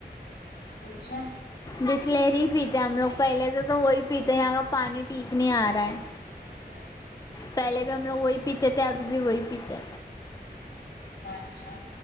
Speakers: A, on the left; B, on the left.
A: اچھا
B: بسلری ہی پیتے ہیں ہم لوگ پہلے سے تو وہی پیتے ہیں یہاں کا پانی ٹھیک نہیں آ رہا ہے
A: ج
B: پہلے بھی ہم لوگ وہی پیتے تھے ابھی بھی وہی پیتے
A: اچھا